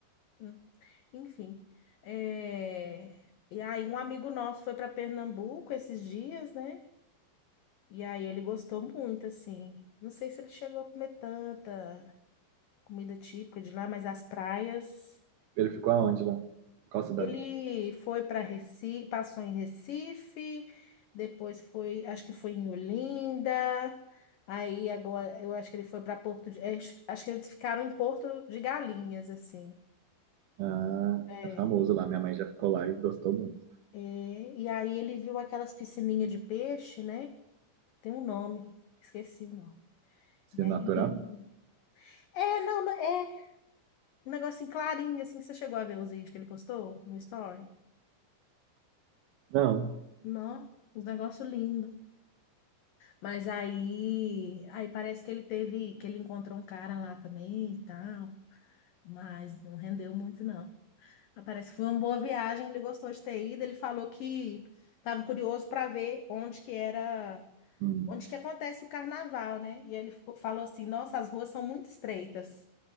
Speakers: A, on the left; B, on the right.
A: hum, Enfim. É, E aí, um amigo nosso foi para Pernambuco esses dias, né? E aí, ele gostou muito, assim. Não sei se ele chegou a comer tanta comida típica de lá, mas as praias.
B: Ele ficou aonde lá? Qual cidade?
A: Ele foi para Recife, passou em Recife, depois foi, acho que foi em Olinda. Aí agora, eu acho que ele foi para Porto, de, é, acho acho que eles ficaram em Porto de Galinhas assim.
B: Ah,
A: É.
B: é famoso lá. Minha mãe já ficou lá e gostou muito.
A: E, e aí ele viu aquelas piscininhas de peixe, né? Tem um nome, esqueci o nome.
B: Se
A: E aí
B: é natural?
A: lindo. É, não, não, é um negócio clarinho assim que você chegou a ver os vídeos que ele postou no story.
B: Não.
A: Não, um negócio lindo. Mas aí, aí parece que ele teve, que ele encontrou um cara lá também e tal, mas não rendeu muito não. Mas parece que foi uma boa viagem, ele gostou de ter ido, ele falou que estava curioso para ver onde que era,
B: Hum.
A: onde que acontece o carnaval, né? E ele ficou- falou assim: "Nossa, as ruas são muito estreitas.